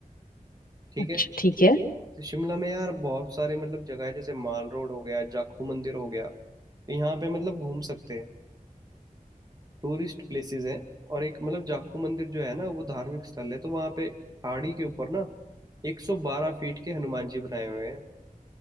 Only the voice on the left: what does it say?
अच्छा
ठीक है